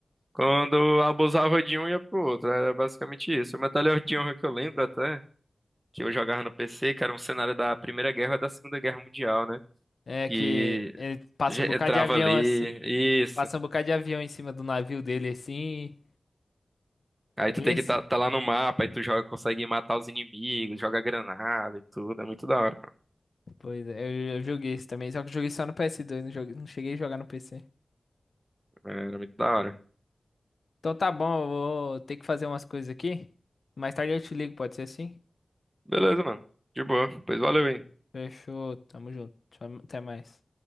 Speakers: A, on the right (about 20°); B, on the left (about 65°).
A: quando eu abusava de um, ia pro outro, era basicamente isso. A medalha de honra que eu lembro até, que eu jogava no PC, que era um cenário da Primeira Guerra e da Segunda Guerra Mundial, né?
B: É
A: E
B: que ele passa
A: ge-
B: um bocado
A: entrava
B: de avião
A: ali,
B: assim.
A: isso.
B: Passa um bocado de avião em cima do navio dele assim.
A: Aí
B: É
A: tu tem
B: esse?
A: que tá, tá lá no mapa, aí tu joga, consegue matar os inimigos, joga granada e tudo. É muito da hora,
B: Pois é, eu, eu joguei esse também, só que eu joguei só no PS2, não, joguei, não cheguei a jogar no PC.
A: mano. É, Era muito da hora.
B: Então tá bom, eu vou ter que fazer umas coisas aqui. Mais tarde eu te ligo, pode ser assim?
A: Beleza, mano. De boa. Pois valeu, hein.
B: Fechou, tamo junto. Tchau, Até mais.